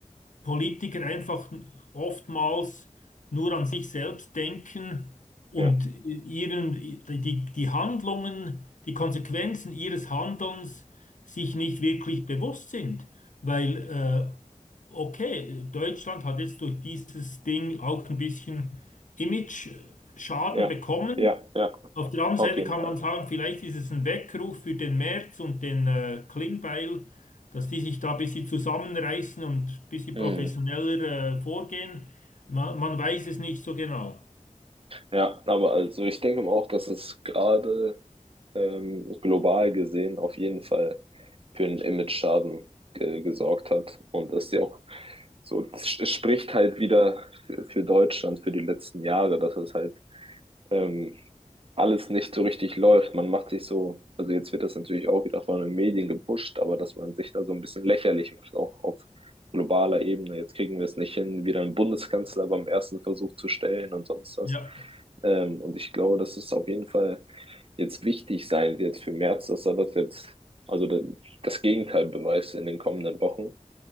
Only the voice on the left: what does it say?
Politiker einfach oftmals nur an sich selbst denken und
ihren, die, die Handlungen, die Konsequenzen ihres Handelns sich nicht wirklich bewusst sind. Weil, äh, okay, Deutschland hat jetzt durch dieses Ding auch ein bisschen Image-Schaden
bekommen.
Auf der anderen
Seite
kann
man sagen, vielleicht ist es ein Weckruf für den Merz und den äh, Klingbeil, dass die sich da ein bisschen zusammenreißen und ein bisschen
professioneller äh, vorgehen. Man, man weiß es nicht so genau.
Ja,